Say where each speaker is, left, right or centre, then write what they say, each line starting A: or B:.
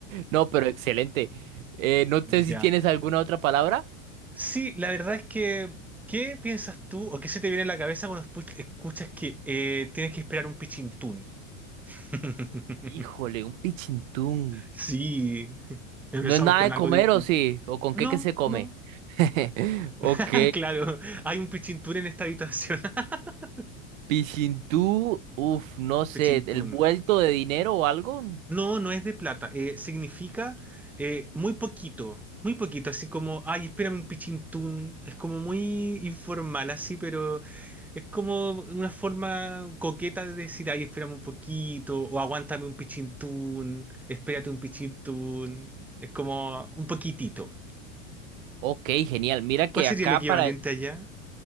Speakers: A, on the right (about 80°); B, in the centre.
A: No, pero excelente. Eh, no sé si
B: Ya.
A: tienes alguna otra palabra.
B: Sí, la verdad es que, ¿qué piensas tú o qué se te viene a la cabeza cuando espu- escuchas que eh, tienes que esperar un pichintún? <laughs>
A: Híjole, un pichintún.
B: Sí, empezamos
A: ¿No es nada
B: con
A: de
B: algo
A: comer
B: difícil.
A: o sí? ¿O con
B: No,
A: qué que se come?
B: no.
A: <laughs> Ok,
B: <laughs> Claro, hay un pichintún en esta habitación. <laughs>
A: Pichintú, uff, no sé,
B: Pichintún.
A: ¿el vuelto de dinero o algo?
B: No, no es de plata. eh, significa eh, muy poquito, muy poquito. Así como, ay, espérame un pichintún. Es como muy informal así, pero es como una forma coqueta de decir, ay, espérame un poquito. O aguántame un pichintún. Espérate un pichintún. Es como un poquitito.
A: Ok, genial. Mira que
B: ¿Cuál sería
A: acá
B: el equivalente
A: para,
B: allá?